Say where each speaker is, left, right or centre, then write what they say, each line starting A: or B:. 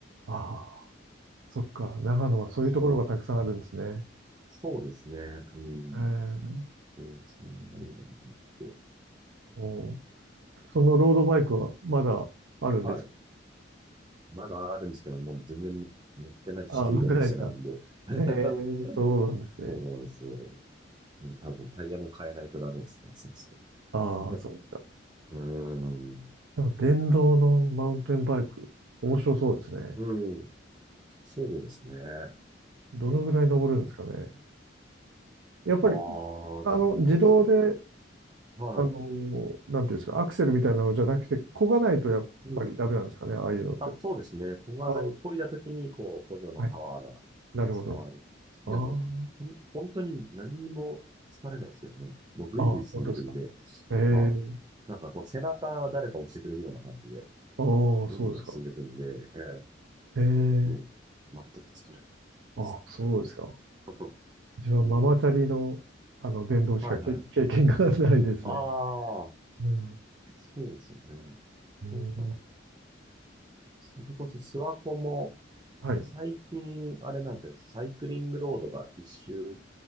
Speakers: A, on the right; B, on the right.
A: ああ、そっか。長野はそういうところがたくさんあるんですね。
B: そう、そうですね。うん。
A: ええ
B: そう、それもありだなと思って。
A: おーそのロードバイクはまだあるんですか
B: はい。まだあるんですけど、もう全然塗ってないし、
A: あ、
B: 手入れもしてないんで。
A: まだないですか
B: <laughs>
A: ええそうなんですね。
B: そうなんですよ。もう多分タイヤも変えないとダメですね。そうそ
A: ああ、
B: う。<laughs>
A: そうですか。
B: うーん。
A: でも電動のマウンテンバイク、面白そうですね。
B: うん。そうですね。ああ、
A: どのぐらい登るんですかね。やっぱり、
B: どうですかね。
A: あの、自動で、
B: はい。
A: あの、なんていうんですか、アクセルみたいなのじゃなくて、漕がないとやっぱりダメなんですかね、
B: うん。
A: ああいうのって。
B: あ、そうですね。ここがない、
A: ああ、
B: 漕いだ時に、こう、補助のパワーが
A: はい、なるほど。
B: 伝わる。でも、
A: あ
B: ほん、本当に何にも疲れないですけどね。もうぐいぐい進んでいくんで、
A: あ、ああ、本当ですか。ええ
B: はい。なんかこう、背中誰か押してくれるような感じで、
A: ああ、
B: どんどん進んでいくんで、
A: そうですか。
B: ええ
A: ええ
B: もう、全く疲れないです。
A: ああ、そうですか。
B: <laughs>
A: 自分はママチャリの、
B: うん。
A: あの電動しかけ経験がないですね。
B: はいはい。ああ、
A: うん
B: そうですよね。
A: うん
B: なんか、それこそ諏訪湖も、
A: はい。
B: 最近、あれなんですよね。サイクリングロードが一周、